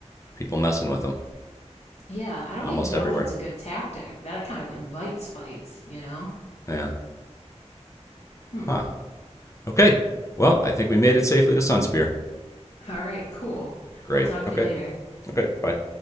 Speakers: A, on the left; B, on the left.
A: people messing with them
B: Yeah, I don't
A: almost
B: even know
A: everywhere.
B: if that's a good tactic. That kind of invites fights, you know?
A: Yeah.
B: Hmm.
A: Huh. Okay. Well, I think we made it safely to Sunspear.
B: All right, cool.
A: Great.
B: I'll talk to
A: Okay.
B: you later.
A: Okay. Bye.